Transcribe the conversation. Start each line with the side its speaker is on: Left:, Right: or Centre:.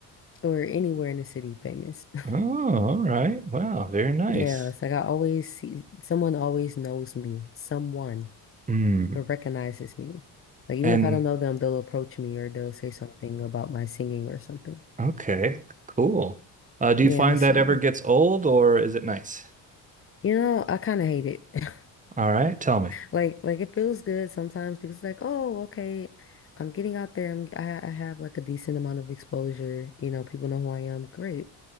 Left: or anywhere in the city famous. <laughs>
Right: Oh, all right. Wow, very nice.
Left: Yeah, it's like I always see someone always knows me. Someone.
Right: Hmm.
Left: but recognizes me. Like even
Right: And
Left: if I don't know them, they'll approach me or they'll say something about my singing or something.
Right: okay, cool. Uh, do
Left: Yeah,
Right: you find
Left: so
Right: that ever gets old or is it nice?
Left: you know, I kind of hate it. <laughs>
Right: All right, tell me.
Left: Like like it feels good sometimes because like, oh, okay, I'm getting out there. I'm I, I have like a decent amount of exposure. You know, people know who I am. Great.